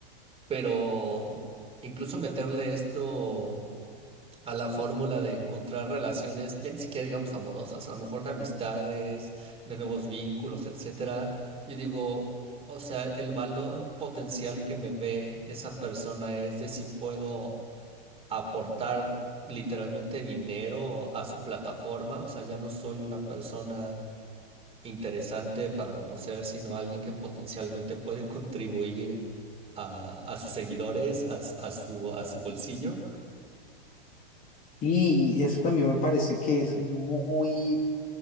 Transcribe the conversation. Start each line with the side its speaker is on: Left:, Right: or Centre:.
Right: pero incluso meterle esto a la fórmula de encontrar relaciones, ya ni siquiera digamos amorosas, a lo mejor de amistades, de nuevos vínculos, etcétera. Yo digo, o, o sea, el valor potencial que me ve esa persona es de si puedo aportar literalmente dinero a su plataforma, o sea, ya no soy una persona interesante para conocer, sino alguien que potencialmente puede contribuir a, a sus seguidores, a, su- a su, a su bolsillo.
Left: Y eso también me parece que es muy